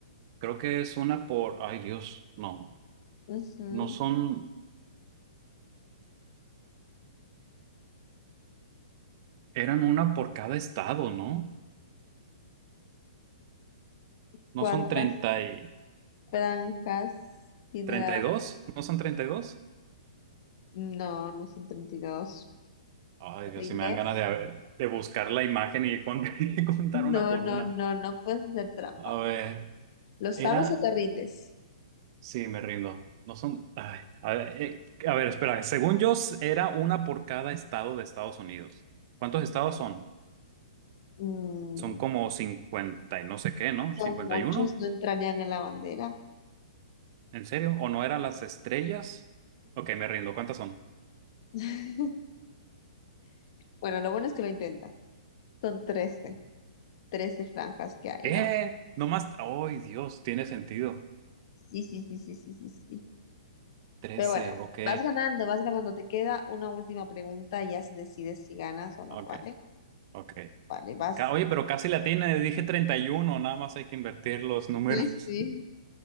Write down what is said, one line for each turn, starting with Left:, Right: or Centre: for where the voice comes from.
Right: Creo que es una por, ay Dios, no,
Left: Ujú.
Right: no son, eran una por cada estado, ¿no? No
Left: ¿Cuántas
Right: son treinta y
Left: franjas tiene
Right: treinta
Left: la bandera?
Right: y dos, no son 32.
Left: No, no son 32.
Right: Ay
Left: ¿Te
Right: Dios,
Left: rindes?
Right: si me dan ganas de, a ver, de buscar la imagen y cont- <laughs> y contar una
Left: No,
Right: por
Left: no,
Right: una.
Left: no, no puedes hacer trampa.
Right: A ver,
Left: ¿Lo sabes
Right: era,
Left: o te rindes?
Right: sí, me rindo. No son, ay, a ver, eh, a ver, espera, según yo s- era una por cada estado de Estados Unidos. ¿Cuántos estados son?
Left: Mm,
Right: Son como 50 y no sé qué, ¿no?
Left: son
Right: Cincuenta
Left: muchos,
Right: y uno.
Left: no entrarían en la bandera.
Right: ¿En serio? ¿O no eran las estrellas? Ok, me rindo. ¿Cuántas son?
Left: <laughs> Bueno, lo bueno es que lo intentas. Son trece, trece franjas que hay
Right: ¿Qué?
Left: en la bandera.
Right: Nomás. ¡Ay, Dios! Tiene sentido.
Left: Sí, sí, sí, sí, sí, sí, sí.
Right: Trece.
Left: Pero bueno,
Right: Ok.
Left: vas ganando, vas ganando. Te queda una última pregunta y ya se decide si ganas o no,
Right: Ok.
Left: ¿vale?
Right: Ok.
Left: Vale, vas.
Right: Ca- Oye, pero casi la tiene. Dije 31. Nada más hay que invertir los números.
Left: Sí, sí.